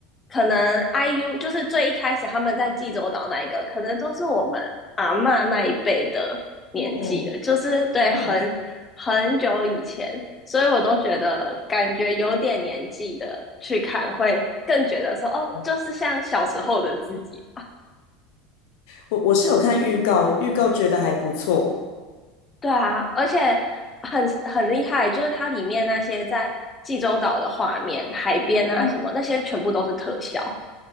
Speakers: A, on the left; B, on the left.
A: 可能 IU 就是最一开始他们在济州岛那一个，可能都是我们阿嬷那一辈的年纪了，
B: 哦
A: 就是对很很久以前，
B: 哦
A: 所以我都觉得感觉有点年纪的去看会更觉得说哦，
B: 哦
A: 就是像小时候的自己
B: 我我是有看预告，预告觉得还不错。
A: 对啊，而且很很厉害，就是它里面那些在济州岛的画面、海边啊什么，
B: 嗯，
A: 那些全部都是特效。